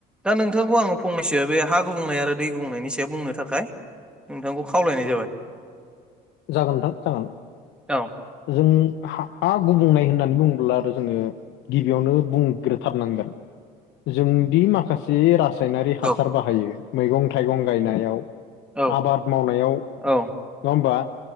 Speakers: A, in the centre; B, on the left.
A: दा नोंथांखौ आङो फंनैसो बे हा गुबुंनाय आरो दै गुबुंनायनि सायाव बुंनो थाखाय नोंथांखौ खावलायनाय जाबाय
B: जागोनथां जागोन
A: औ
B: जों हा गुबनो नाय होननानै बुङोब्ला आरो जोङो गिबियावनो बुंग्रोथारनांगोन। जोंदि माखासे रासायनारि हासार
A: औ
B: बाहायो मैगं थाइगं गायनायाव
A: औ
B: आबाद मावनायाव नङा
A: औ
B: होमबा